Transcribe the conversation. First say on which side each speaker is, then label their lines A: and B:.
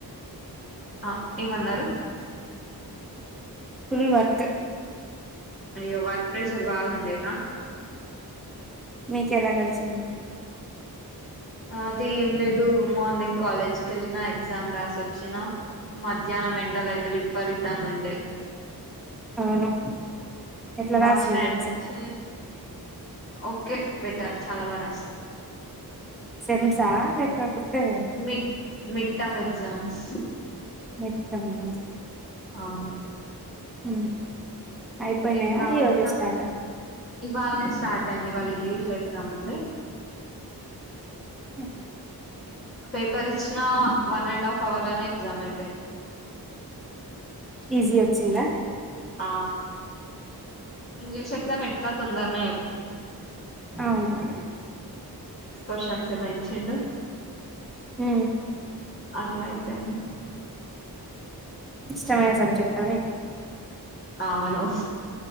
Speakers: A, on the left; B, in the centre.
A: ఆ ఏమన్నారు
B: ఫుల్ వర్క్
A: అయ్యో వర్క్ ప్రెషర్ బాగుండేనా
B: మీకేలా గడిచింది
A: అది ఏం లేదు మార్నింగ్ కాలేజ్కి వెళ్ళినా ఎగ్జామ్ రాసి వచ్చినా మధ్యాహ్నం ఎండలైతే విపరీతంగా ఉండే
B: అవును ఎట్లా
A: బస్
B: రాసిండ్రు
A: స్టాండ్
B: ఎగ్జామ్
A: నుంచి ఓకే బెటర్ చాలా బా రాసిన
B: సేమ్సా లేకపోతే
A: మిడ్ మిడ్ టామ్ ఎగ్జామ్స్
B: మీట్ టమ్మ
A: అవును
B: హు అయిపోయినాయా
A: ఎండ
B: ఈ
A: మాత్రం
B: రోజె స్టార్ట
A: ఇవాళనే స్టార్ట్ అయింది ఇవాళ ఇంగ్లీష్ ఎగ్జామ్స్ ఉండే
B: చె
A: పేపర్ ఇచ్చిన వన్ అండ్ హాఫ్ అవర్ లనే క్సజమై పోయింది
B: ఈజీ వచ్చింద
A: ఆ ఇంగ్లీష్ ఎక్జామ్ ఎట్లా తొందర్నె
B: అవును
A: క్వాషన్స్ ఏమోఇచ్చిండు
B: హు
A: అట్లాయిపోయింది
B: ఇష్టమైన సబ్జెక్ట్ అది
A: అవును